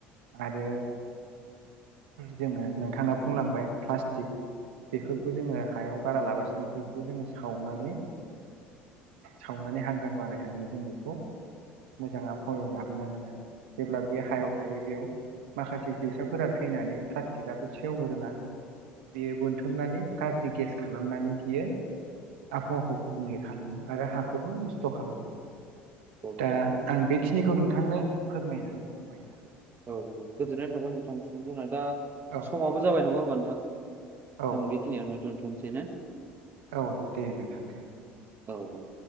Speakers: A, on the right; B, on the right.
A: आरो जोङो नोंथांङा बुंलांबाय प्लास्टिक बेफोरखौ जोंङो हायाव बारा लागासिनो बेफोरखौ जोंङो सावनानै सावनानै हांगार बारायनानै जों बेखौ मोजां आबहावायाव लाबोनांगोन आरो। जेब्ला बे हायाव थायो बेयाव माखासे जिउसाफोरा थैनानै प्लास्टिकआथ' सेवनो रोंङा बेयो बोनथुमनानै गाज्रि गेस खालामनानै बियो आबहावाखौ गुबुंले खालामो आरो हाखौबो नस्थ' खालामो
B: औ
A: दा आं बेखिनिखौ नोंथांनो फोरमायनानै हरबाय।
B: औ औ गोजोननाय थाबाय नोंथांनिसिम जोंना दा
A: औ
B: समाबो जाबाय नंङा होमबा नोंथां?
A: औ
B: जों बेखिनिआवनो दोनथ'नोसैना?
A: औ दे नोंथां दे
B: औ औ